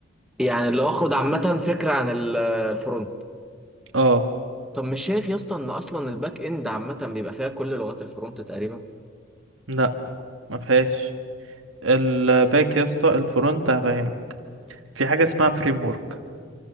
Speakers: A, in the centre; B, on the right (about 80°).
A: يعني لو اخد عامة فكرة عن ال- الفرونت
B: اه
A: طب مش شايف يا اسطى ان اصلا الباك اند عامة بيبقى فيها كل لغات الفرونت تقريبا
B: لا ما فيهاش الباك يا اسطى الفرونت هفهمك في حاجة اسمها فريم ورك